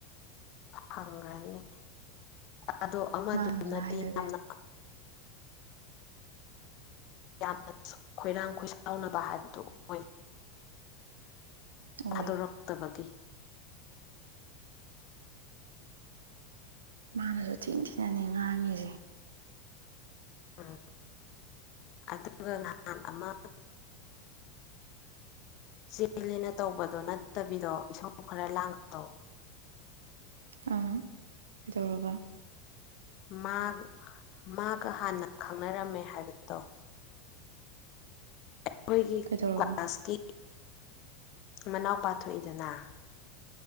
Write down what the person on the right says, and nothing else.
ꯃꯥꯅꯁꯨ ꯍꯥꯏꯗꯨꯗꯤ
<unintelligible>
ꯑꯣꯏꯌꯦ
ꯃꯥꯅꯁꯨ ꯊꯤꯟ ꯊꯤꯅꯅꯤ ꯉꯥꯡꯉꯤꯁꯦ
ꯑ ꯀꯩꯗꯧꯔꯕ
ꯀꯩꯗꯧꯔꯕ